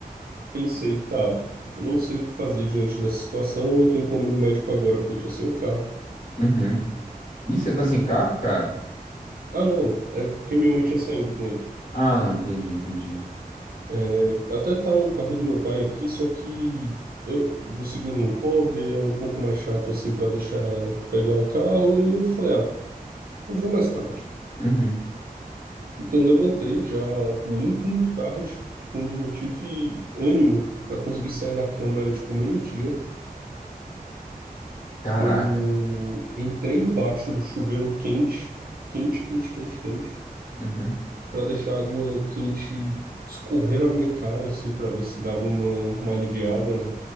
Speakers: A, on the right; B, on the left.
A: pensei, tá, eu não sei o que fazer diante dessa situação, eu não tenho como ir no médico agora porque eu tô sem o carro.
B: uhum. Ih, você tá sem carro, cara?
A: Ah, não, é porque minha mãe tinha saído com ele.
B: Ah, não, entendi, entendi.
A: É, Até tava o carro do meu pai aqui, só que eu- o seguro não cobre, ele é um pouco mais chato assim para deixar pegar o carro, e eu falei, ah, eu vou mais tarde.
B: Uhum.
A: Então eu levantei já muito, muito tarde, quando eu tive ânimo para conseguir sair da cama, era tipo meio-dia.
B: Caraca.
A: Eu entrei embaixo do chuveiro quente, quente, quente, quente, quente,
B: Uhum.
A: para deixar a água quente escorrer na minha cara, assim, para ver se dava uma, uma aliviada na,